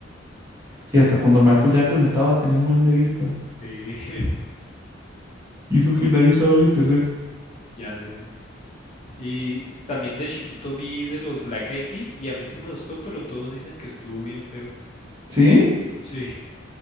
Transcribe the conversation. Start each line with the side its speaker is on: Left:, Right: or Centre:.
Right: Sí, hasta cuando el Michael Jackson estaba tenía un buen de vistas.
Left: Sí, <laughs>
Right: Hizo que nadie usaba el internet.
Left: ya sé. Y también de chiquito vi de los Black Eyed Peas y a mí sí me gustó, pero todos dicen que estuvo bien feo.
Right: ¿Sí?
Left: Sí,